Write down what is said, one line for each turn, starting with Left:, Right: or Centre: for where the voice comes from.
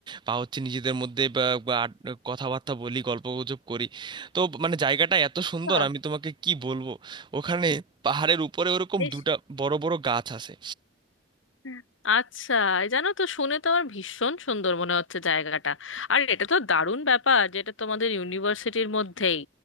Right: বা হচ্ছে নিজেদের মধ্যে বা- বা আড- কথাবার্তা বলি গল্পগুজব করি তো মানে জায়গাটা এত সুন্দর
Left: বাহ,
Right: আমি তোমাকে কি বলবো ওখানে পাহাড়ের উপরে ওরকম
Left: বেশ
Right: দুটা বড় বড় গাছ আছে
Left: হ্যাঁ। আচ্ছা এই জানো তো শুনে তো আমার ভীষণ সুন্দর মনে হচ্ছে জায়গাটা আর এটা তো দারুণ ব্যাপার যেটা তোমাদের ইউনিভার্সিটির মধ্যেই